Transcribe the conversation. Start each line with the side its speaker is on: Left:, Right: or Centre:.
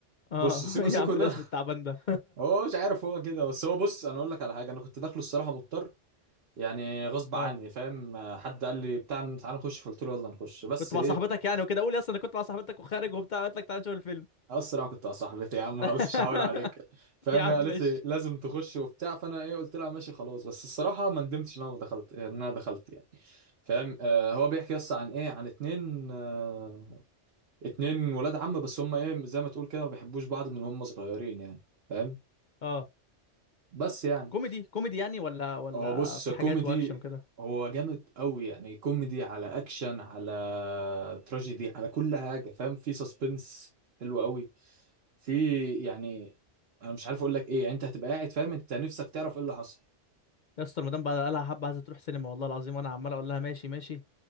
Left: اه
Right: بص سيكو
Left: <laughs>
Right: سيكو
Left: يا عم
Right: ده
Left: الاسم
Right: <laughs>
Left: التعبان ده
Right: هو مش عارف هو كده بس هو بص انا اقول لك على حاجه انا كنت داخله الصراحه مضطر يعني
Left: <laughs>
Right: غصب
Left: اه
Right: عني فاهم حد قال لي بتاع تعالى نخش فقلت له يلا نخش بس
Left: كنت مع
Right: ايه
Left: صاحبتك يعني وكده قول يا اسطى انا كنت مع صاحبتك وخارج وبتاع قالت لك تعالى نشوف الفيلم
Right: اسرع كنت يا صاحبتي يا عم
Left: <laughs>
Right: خلاص مش هحاور عليك فاهم
Left: يا عم
Right: هي قالت
Left: مش
Right: لي لازم تخش وبتاع فانا ايه قلت لها ماشي خلاص بس الصراحه ما ندمتش ان انا ما دخلت ان انا دخلت يعني فاهم آه هو بيحكي يس عن ايه عن اتنين آه اتنين ولاد عم بس هم ايه زي ما تقول كده ما بيحبوش بعض من هم صغيرين يعني فاهم
Left: اه
Right: بس يعني
Left: كوميدي كوميدي يعني ولا ولا
Right: هو بص
Left: في
Right: كوميدي
Left: حاجات واكشن وكده
Right: هو جامد قوي يعني كوميدي على اكشن على تراجيدي على كل حاجه فاهم في سسبنس حلو قوي في يعني انا مش عارف اقول لك ايه يعني انت هتبقى قاعد فاهم انت نفسك تعرف ايه اللي حصل
Left: يا اسطى المدام بقى قالها حبه عايزه تروح سينما والله العظيم وانا عمال اقول لها ماشي ماشي